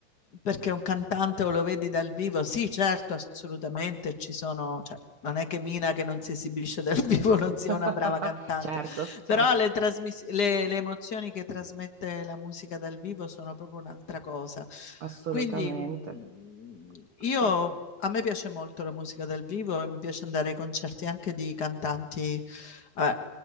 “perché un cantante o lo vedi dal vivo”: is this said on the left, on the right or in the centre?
Left